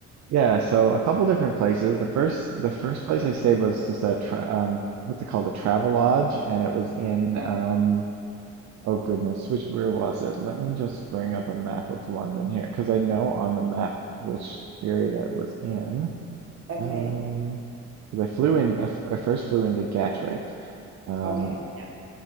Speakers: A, on the right (about 65°); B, on the right (about 45°).
A: Yeah, so a couple different places. The first the first place I stayed was just a tra um what's it called? A travel lodge and it was in
B: Yeah.
A: um oh goodness, which where was it? Let me just bring up a map of London here because I know on the map which area it was in.
B: Okay.
A: Um 'cause I flew in I, f- I first flew into Gatwick. Um
B: Okay. Yeah.